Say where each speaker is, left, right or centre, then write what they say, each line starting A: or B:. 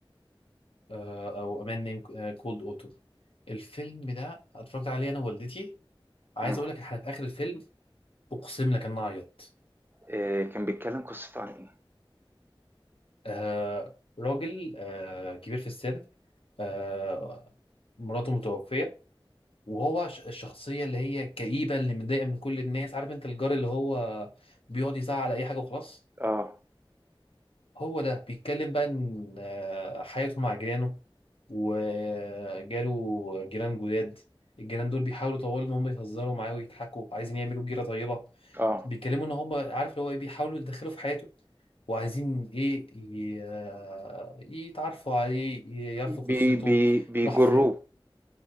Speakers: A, on the left; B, on the right.
A: آه أو أمان نيم آه، كولد أوتو الفيلم ده اتفرجت عليه أنا ووالدتي عايز
B: مم.
A: أقول لك إحنا في آخر الفيلم أقسم لك إن أنا عيطت
B: آه... كان بيتكلم قصته عن ايه
A: آه راجل آه كبير في السن آه مراته متوفية وهو ش- الشخصية اللي هي الكئيبة اللي متضايقة من كل الناس عارف انت الجار اللي هو بيقعد يزعق على اي حاجة وخلاص
B: اه
A: هو ده بيتكلم بقى ان آه، حياته مع جيرانه وجاله جيران جداد الجيران دول بيحاولوا طوال ان هم يهزروا معاه ويضحكوا عايزين يعملوا جيرة طيبة
B: اه
A: بيتكلموا ان هم عارف اللي هو ايه بيحاولوا يتدخلوا في حياته وعايزين ايه ي- آه، يتعرفوا عليه ي- يعرفوا قصته
B: بي... بي... بيجروه
A: راح فين